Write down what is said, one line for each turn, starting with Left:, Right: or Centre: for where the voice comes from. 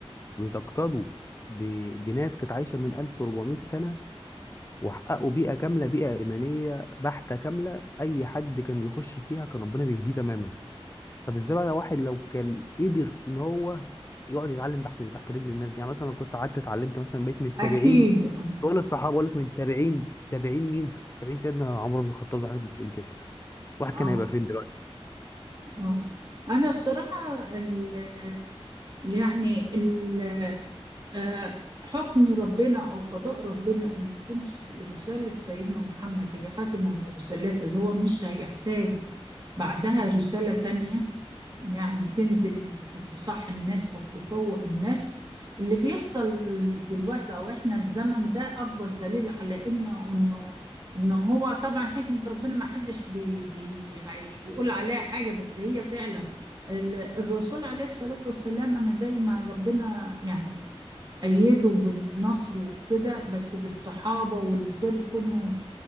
Left: بتقتدوا ب- بناس كانت عايشه من 1400 سنه وحققوا بيئه كامله بيئه ايمانيه بحته كامله اي حد كان بيخش فيها كان ربنا بيهديه تماما طب ازاي بقى واحد لو كان قدر ان هو يقعد يتعلم تحت تحت رجل الناس دي يعني مثلا لو كنت قعدت اتعلمت مثلا بقيت من
Right: أكيد
Left: تابعين
Right: آه.
Left: بقول لك صحابه بقول لك من تابعين تابعين مين؟ تابعين سيدنا عمر بن الخطاب زي ما حضرتك بتقولي كده الواحد
Right: اه
Left: كان هيبقى فين دلوقتي؟
Right: اه انا الصراحه ال يعني ال آه، حكم ربنا او قضاء ربنا ان تكون س- رساله سيدنا محمد هي خاتم الرسالات اللي هو مش هيحتاج بعدها رساله تانية يعني تنزل ت- تصح الناس او تفوق الناس اللي بيحصل دلوقتي او احنا الزمن ده اكبر دليل على انه انه ان هو طبعا حكمة ربنا ما حدش بي بي هيقول عليها حاجة بس هي فعلا ال- الرسول عليه الصلاة والسلام انا زي ما ربنا يعني أيده بالنصر وكده بس بالصحابة واللي دول كانوا